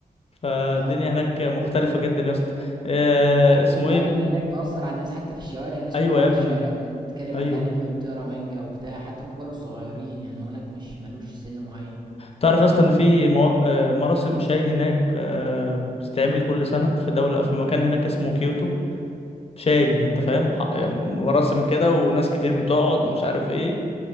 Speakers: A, on the left; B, on the right.
A: فالدنيا
B: <laughs> اه
A: هناك مختلفة جدا يا اسطى آه
B: انت عارف
A: اسمه
B: ان الانمي
A: ايه
B: هناك مأثر على الناس حتى في الشوارع الناس
A: ايوه
B: كلها
A: يا ابني
B: في الشوارع بتتكلم
A: ايوه
B: عن الانمي وبتقرا مانجا وبتاع حتى الكبار والصغيرين يعني هناك مش ملوش سن معين
A: تعرف يا اسطى ان في مو... آه مراسم شاي هناك آه بتتعمل كل سنة في دولة في مكان هناك اسمه كيوتو شاي انت فاهم ح- يعني مراسم كده وناس كتير بتقعد ومش عارف ايه